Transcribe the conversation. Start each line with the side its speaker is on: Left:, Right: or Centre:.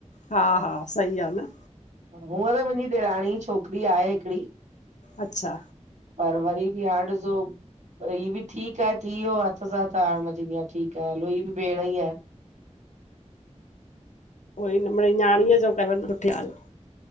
Left: हा, हा सही आ न।
Right: हुअं त मुंहिंजी ॾेराणी जी छोकिरी आहे हिकिड़ी
Left: अच्छा
Right: पर वरी बि हाणे ॾिसो ही बि ठीकु आहे थी वियो हथि सां त मां चवंदी आहियां ठीकु आहे हे बि भेण ई आहे।
Left: उहो ई मे मिड़ई न्याणीअ जो करण सुठी ॻाल्हि आ।